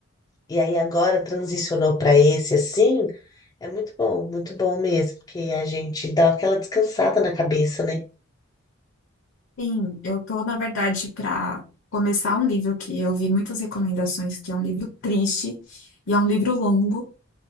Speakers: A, on the left; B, on the left.
A: E aí agora transicionou para esse, assim. É muito bom, muito bom mesmo, porque a gente dá aquela descansada na cabeça, né?
B: Sim, eu tô, na verdade, para começar um livro que eu vi muitas recomendações, que é um livro triste e é um livro longo.